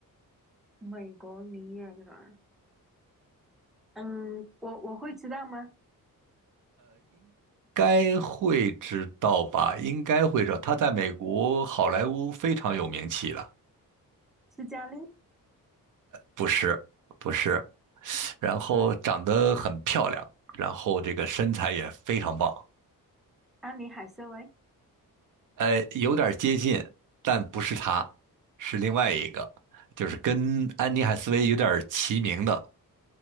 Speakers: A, in the centre; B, on the right.
A: 美国女演员，嗯，我我会知道吗？
B: 该会知道吧？应该会知道。他在美国好莱坞非常有名气的，
A: 斯嘉丽·
B: 不是，不是。然后长得很漂亮，然后这个身材也非常棒，
A: 安妮·海瑟薇，
B: 呃，有点接近，但不是他，是另外一个，就是跟安妮海瑟薇有点齐名的，